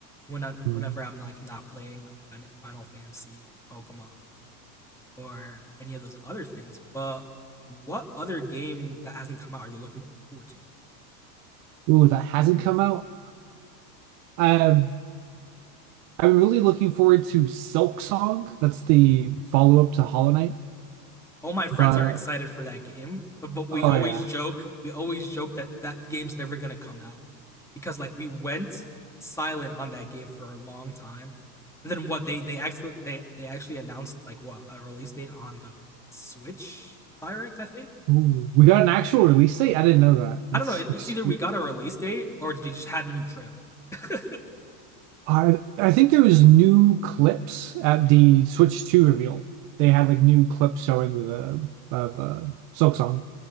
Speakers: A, in the centre; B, on the right.
A: When I, whenever
B: Hmm.
A: I'm like not playing like Fin- Final Fantasy or Pokemon or any of those other things, but what other game that hasn't come out are you looking forward to?
B: Ooh, that hasn't come out. Um, I'm really looking forward to Silk Song. That's the follow-up to Hollow Knight,
A: all my friends
B: but
A: are
B: uh,
A: excited for that game, but we
B: oh
A: always
B: yeah.
A: joke, we always joke that that game's never gonna come out because like we went silent on that game for a long time. And then what they they actually they they actually announced like what a release date on the Switch Direct, I think.
B: Ooh, we got an actual release date? I didn't know that. That's
A: I don't know. It's
B: extreme.
A: either we got a release date or they just had a new trailer. <laughs>
B: I I think there was new clips at the Switch 2 reveal. They had like new clips showing the of uh Silksong.